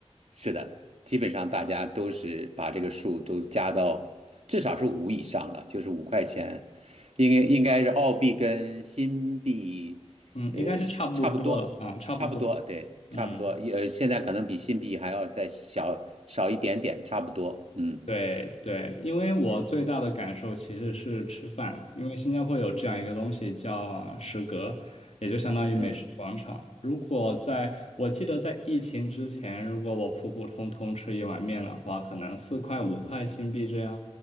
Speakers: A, on the right (about 70°); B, on the left (about 75°).
A: 是的，基本上大家都是把这个数都加到至少是五以上了，就是五块钱，应该应该是澳币跟新币，
B: 嗯，
A: 呃，
B: 应该是差不多了啊，
A: 是差不多，
B: 差不多。
A: 差不多，对，
B: 嗯。
A: 差不多，呃，现在可能比新币还要再小少一点点，差不多。嗯
B: 对对，因为我最大的感受其实是吃饭，因为新加坡有这样一个东西叫啊食阁，也就相当于美食广场。
A: 嗯，
B: 如果在，我记得在疫情之前，如果我普普通通吃一碗面的话，可能四块五块新币这样。